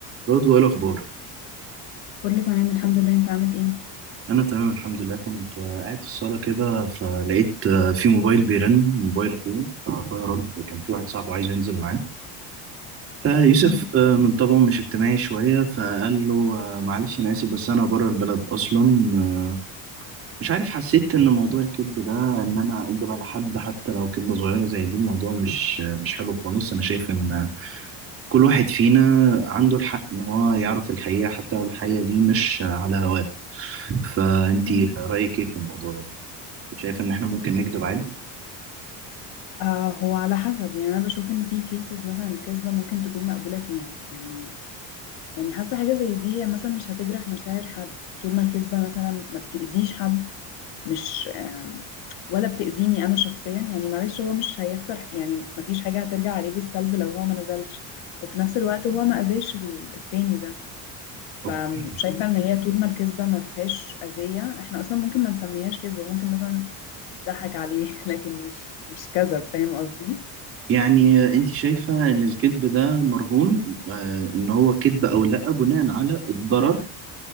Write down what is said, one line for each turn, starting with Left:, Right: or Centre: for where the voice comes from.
Right: برضو ايه الاخبار
Left: كله تمام الحمد لله انت عامل ايه
Right: انا تمام الحمد لله كنت آه، قاعد في الصاله كده فلقيت آه، في موبايل بيرن موبايل اخويا فاخويا راجل كان في واحد صاحبه عايز ينزل معاه فيوسف
Left: مم.
Right: آه، من طبعه مش اجتماعي شويه فقال له آه، معلش انا اسف بس انا بره البلد اصلا آه، مش عارف حسيت ان موضوع الكذب ده ان انا اكذب على حد حتى لو كذبه صغيره زي دي الموضوع مش آه، مش حلو خالص انا شايف ان كل واحد فينا عنده الحق ان هو يعرف الحقيقة حتى لو الحقيقة دي مش على هواه فانتي
Left: مم.
Right: رأيك ايه في الموضوع ده شايفة ان احنا ممكن نكذب عادي
Left: آه هو على حسب يعني انا بشوف ان في كيسز مثلا الكذبة ممكن تكون مقبولة فيها يعني يعني حاسة حاجة زي دي هي مثلا مش هتجرح مشاعر حد طول ما الكذبة مثلا ما بتأذيش حد مش آم، ولا بتأذيني انا شخصيا يعني معلش هو مش هيخسر يعني مفيش حاجة هترجع عليه بالسلب لو هو ما نزلش وفي نفس الوقت هو ما اذاش التاني ده
Right: اوكي
Left: فشايفة ان هي طول ما الكذبة ما فيهاش أذية احنا اصلا ممكن ما نسميهاش كذبة ممكن مثلا ضحك عليه <laughs> لكن مش مش كذب فاهم قصدي
Right: يعني انت شايفة ان الكذب ده مرهون آه ان هو كذب او لا بناء على الضرر